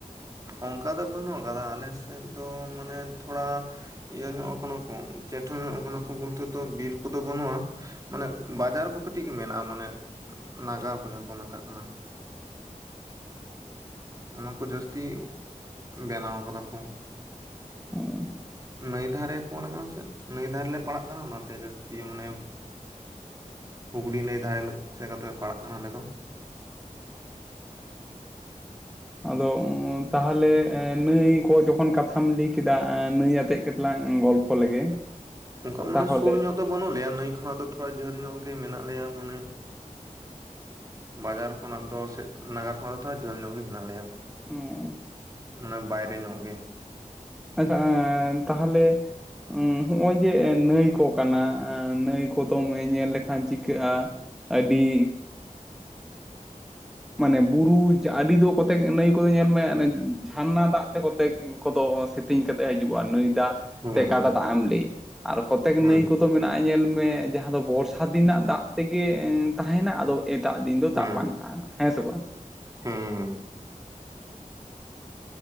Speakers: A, on the right; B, in the centre.
A: ᱚᱱᱠᱟ ᱫᱚ ᱵᱟᱹᱱᱩᱜ ᱟᱠᱟᱫᱟ ᱟᱞᱮ ᱥᱮᱫ ᱫᱚ ᱢᱟᱱᱮ ᱛᱷᱚᱲᱟ ᱤᱭᱟᱹ ᱧᱚᱜ ᱠᱟᱱᱟ ᱠᱚ ᱪᱮᱴᱟ ᱧᱚᱜ ᱠᱟᱱᱟ ᱠᱚ ᱵᱚᱞᱛᱮᱫᱚ ᱵᱤᱨ ᱠᱚᱫᱚ ᱵᱟᱹᱱᱩᱜᱼᱟ᱾ ᱢᱟᱱᱮ ᱵᱟᱡᱟᱨ ᱠᱚ ᱠᱟᱹᱴᱤᱡ ᱢᱮᱱᱟᱜᱼᱟ ᱢᱟᱱᱮ ᱱᱟᱜᱟᱨ ᱠᱚ ᱡᱟᱦᱟᱸ ᱠᱚ ᱢᱮᱛᱟᱜ ᱠᱟᱱᱟ ᱚᱱᱟ ᱠᱚ ᱡᱟᱹᱥᱛᱤ ᱵᱮᱱᱟᱣ ᱠᱟᱫᱟ ᱠᱚ
B: <unintelligible>
A: ᱱᱟᱹᱭ ᱫᱷᱟᱨᱮ ᱠᱚ ᱚᱱᱮ ᱠᱟᱱᱟ ᱥᱮ ᱱᱟᱹᱭ ᱫᱷᱟᱨᱮᱞᱮ ᱯᱟᱲᱟᱜ ᱠᱟᱱᱟ ᱚᱱᱟᱛᱮ ᱡᱟᱹᱥᱛᱤ ᱢᱚᱱᱮ ᱦᱩᱜᱽᱞᱤ ᱱᱟᱹᱭ ᱫᱷᱟᱨᱮ ᱥᱮᱫ ᱠᱟᱛᱮ ᱞᱮ ᱯᱟᱲᱟᱜ ᱠᱟᱱᱟ ᱟᱞᱮ ᱫᱚ
B: ᱟᱫᱚ ᱛᱟᱦᱚᱞᱮ <unintelligible> ᱱᱟᱹᱭ ᱠᱚ ᱡᱚᱠᱷᱚᱱ ᱠᱟᱛᱷᱟᱢ ᱞᱟᱹᱭ ᱠᱮᱫᱟ ᱱᱟᱹᱭ ᱟᱛᱮ ᱜᱮᱞᱟᱝ ᱜᱚᱞᱯᱷᱚ ᱞᱮᱜᱮ
A: ᱚᱱᱠᱟ ᱢᱟᱱᱮ
B: ᱛᱟᱦᱚᱞᱮ
A: ᱥᱩᱨ ᱧᱚᱜ ᱫᱚ ᱵᱟᱹᱱᱩᱜ ᱞᱮᱭᱟ ᱱᱟᱹᱭ ᱠᱷᱚᱱᱟᱜ ᱫᱚ ᱛᱷᱚᱲᱟ ᱡᱷᱟᱹᱞ ᱧᱚᱜ ᱜᱮ ᱢᱮᱱᱟᱜ ᱞᱮᱭᱟ ᱢᱟᱱᱮ ᱵᱟᱡᱟᱨ ᱠᱷᱚᱱᱟᱜ ᱫᱚ ᱥᱮ ᱱᱟᱜᱟᱨ ᱠᱷᱚᱱᱟᱜ ᱫᱚ ᱛᱷᱚᱲᱟ ᱡᱷᱟᱹᱞ ᱧᱚᱜ ᱜᱮ ᱦᱮᱱᱟᱜ ᱞᱮᱭᱟ
B: <unintelligible>
A: ᱢᱟᱱᱮ ᱵᱟᱭᱨᱮ ᱧᱚᱜ ᱜᱮ
B: ᱟᱪ ᱛᱟᱦᱚᱞᱮ ᱦᱚᱜᱼᱚᱭ ᱡᱮ ᱱᱟᱹᱭ ᱠᱚ ᱠᱟᱱᱟ ᱱᱟᱹᱭ ᱠᱚᱫᱚᱢ ᱧᱮᱞ ᱞᱮᱠᱷᱟᱱ ᱪᱤᱠᱟᱹᱜᱼᱟ ᱟᱹᱰᱤ ᱢᱟᱱᱮ ᱵᱩᱨᱩ ᱟᱹᱰᱤ ᱫᱚ ᱠᱚᱛᱮᱠ ᱱᱟᱹᱭ ᱠᱚᱫᱚ ᱧᱮᱞ ᱢᱮ ᱡᱷᱟᱨᱱᱟ ᱫᱟᱜ ᱛᱮ ᱠᱚᱛᱮᱠ ᱠᱚᱫᱚ ᱥᱤᱛᱮᱧ ᱠᱟᱛᱮ ᱦᱤᱡᱩᱜᱼᱟ ᱱᱟᱹᱭ ᱫᱟᱜ
A: ᱦᱩᱸ
B: ᱛᱮ
A: ᱦᱩᱸ
B: ᱜᱟᱰᱟ ᱫᱟᱜ ᱮᱢ ᱞᱟᱹᱭ ᱟᱨ ᱠᱚᱛᱮᱠ
A: ᱦᱩᱸ
B: ᱱᱟᱹᱭ ᱠᱚ ᱠᱚ ᱢᱮᱱᱟᱜᱼᱟ ᱧᱮᱞ ᱢᱮ ᱡᱟᱦᱟᱸ ᱫᱚ ᱵᱚᱨᱥᱟ ᱫᱤᱱ ᱨᱮᱱᱟᱜ ᱫᱟᱜ ᱛᱮᱜᱮ ᱛᱟᱦᱮᱱᱟ ᱟᱫᱚ ᱮᱴᱟᱜ ᱫᱤᱱ ᱫᱚ
A: ᱦᱩᱸ
B: ᱫᱟᱜ ᱵᱟᱝ ᱛᱟᱦᱮᱱᱟ ᱦᱮᱸ ᱥᱮ ᱵᱟᱝ
A: ᱦᱩᱸ